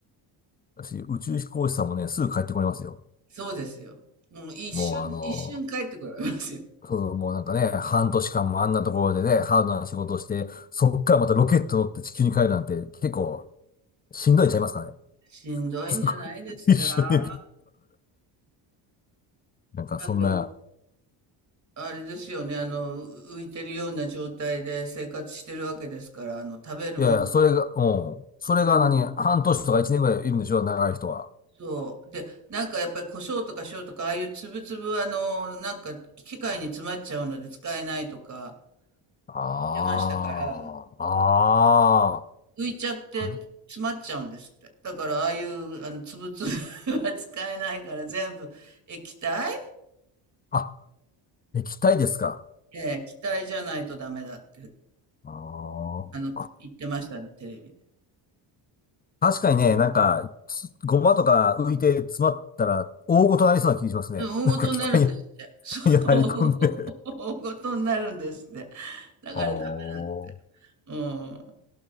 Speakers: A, on the left (about 20°); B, on the right (about 35°).
A: 私、宇宙飛行士さんもね、すぐ帰ってこれますよ。
B: そうですよ。もう一瞬、
A: もうあの
B: 一瞬帰ってこられますよ。
A: そう、もうなんかね、半年間もあんなところでね、ハードな仕事をして、そっからまたロケット乗って地球に帰るなんて結構しんどいんちゃいますかね。
B: しんどいんじゃないですか。
A: <laughs> そこ、<laughs> 一緒に。なんかそんな、
B: なんか、あれですよね。あの、浮いてるような状態で生活してるわけですから、あの、食べるもの、
A: いやいや、それが、うん。それが何、
B: うん
A: 半年とか一年ぐらいいるんでしょ、長い人は。
B: そう。で、なんかやっぱり胡椒とか塩とか、ああいう粒々はあの、なんか機械に詰まっちゃうので使えないとか
A: あ
B: 言ってましたから、
A: あ、ああ、
B: 浮いちゃって詰まっちゃうんですって。
A: はい。
B: だからああいうあの粒々は <laughs> 使えないから全部液体
A: あ、液体ですか。
B: ええ、気体じゃないとダメだって、
A: ああ。
B: あの、言ってましたね、テレビで。
A: 確かにね、なんか、つごまとか浮いて詰まったら、大ごとなりそうな気がしますね。
B: うん
A: なんか機械に
B: 大事になるんですって。そう。
A: に入 <laughs> り込んで。
B: <laughs> 大事になるんですって。だからダメだ。
A: あー
B: うん。